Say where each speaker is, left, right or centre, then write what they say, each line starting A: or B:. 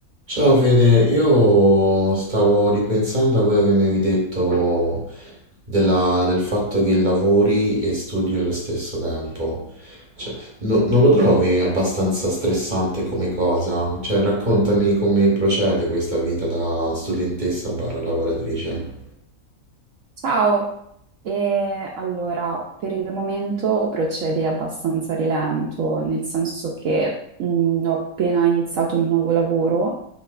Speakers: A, on the right; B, on the right.
A: Ciao Fede, io stavo ripensando a quello che mi avevi detto della- del fatto che lavori e studi allo stesso tempo. Cioè, no- non lo trovi abbastanza stressante come cosa? Cioè, raccontami come procede questa vita da studentessa barra lavoratrice.
B: Ciao, e allora per il momento procedi abbastanza a rilento, nel senso che mh, ho appena iniziato un nuovo lavoro